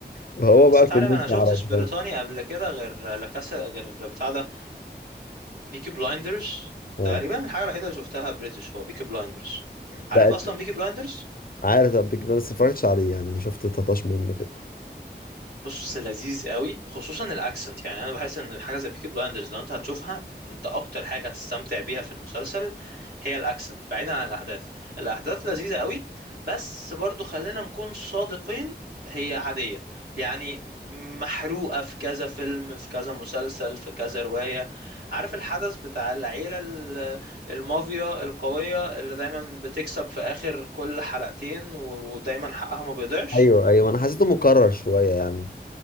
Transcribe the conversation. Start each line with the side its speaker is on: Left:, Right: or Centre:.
Left: وهو
Right: اصل
Left: بقى
Right: انت
Left: كوميديا
Right: عارف انا شفتش
Left: على الدراما
Right: بريطاني قبل كده غير لكاسا غير بتاع ده بيكي بلايندرز
Left: اه
Right: تقريبا الحاجه الوحيده اللي شفتها بريتش هو بيكي بلايندرز عارف
Left: لا
Right: اصلا بيكي بلايندرز
Left: عارف ده بيج بان بس متفرجتش عليه يعني شفت تطاش منه كده
Right: بص لذيذ قوي خصوصا الاكسنت يعني انا بحس ان حاجه زي بيكي بلايندرز لو انت هتشوفها انت اكتر حاجه هتستمتع بيها في المسلسل هي الاكسنت بعيدا عن الاحداث الاحداث لذيذه قوي بس برضو خلينا نكون صادقين هي عاديه يعني محروقه في كذا فيلم في كذا مسلسل في كذا روايه عارف الحدث بتاع العيله ال- المافيا القويه اللي دايما بتكسب في اخر كل حلقتين و- ودايما حقها ما بيضيعش
Left: ايوه ايوه انا حسيته مكرر شويه يعني